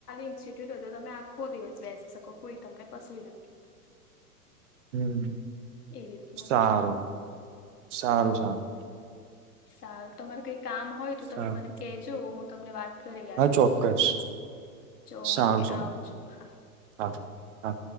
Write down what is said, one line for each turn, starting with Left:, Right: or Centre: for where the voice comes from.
Left: ઇન્સ્ટિટ્યુટ તો તમે આખો દિવસ બેસી શકો કોઈ તમને કશું ના કે.
Right: હમ.
Left: એ રીતનું
Right: સારું
Left: હોય.
Right: સારું સારું.
Left: સારું તમાર કઈ કામ હોય તો તમે
Right: સારું
Left: મને કજો હું તમને વાત. કરી આપીશ
Right: હા ચોક્કસ
Left: ઓકે
Right: સારું સારું
Left: આવજો હા.
Right: હા હા.